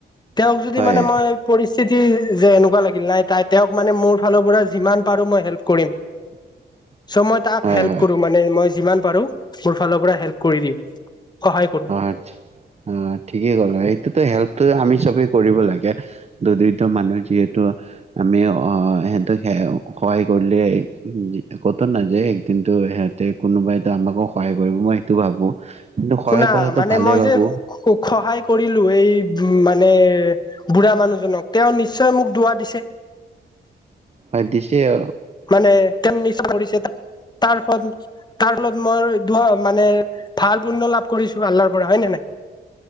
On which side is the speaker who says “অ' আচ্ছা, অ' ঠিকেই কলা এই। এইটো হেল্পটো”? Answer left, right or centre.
Right